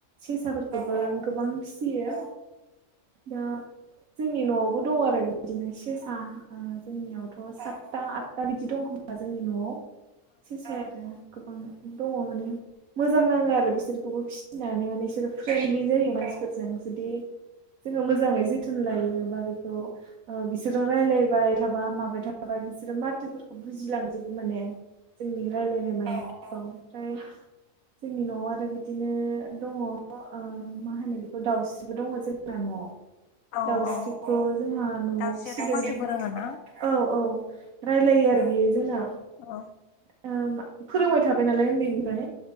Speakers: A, on the right; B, on the left.
A: सेसाफोरखौबोा गोबां फिसियो। दा जोंनि न'आवबो दं आरो बिदिनो सेसा जोंनियावथ' सातथा आदथा बिदि दं खोमा जोंनि न'आव सेसाया। आरो गोबां दङ माने मोजां नाङो आरो बिसोरखौबो फिनानै माने बिसोरो फ्रेन्डलि जायो मानसिफोरजों। जुदि जोङो मोजाङै जोथोन लायो बा बेखौ बिसोरजों रायलायबाय थाबा माबाय थाबा। दा बिसोरो माथोफोरखौ बुजिलांजोबो माने जोंनि रायलायनाय मानायफोरखौ। फ्राय जोंनि न'आव आरो बिदिनो दङ मा होनो बेखौ दाउस्रिबो दङ जोंना न'आव। <unintelligible>
B: औ
A: दाउस्रिखौ
B: औ
A: जोंहा न'आव
B: दाउस्रियाथ'
A: फिसिदों
B: माथोबो
A: -दावस्रियाथ' मानोबो
B: रोङोना
A: रायलायोना? -औ औ रायलायो। आरो बियो जोंना
B: अ
A: ओ फोरोंबाय थाबाय नालाय उन्दैनिफ्राय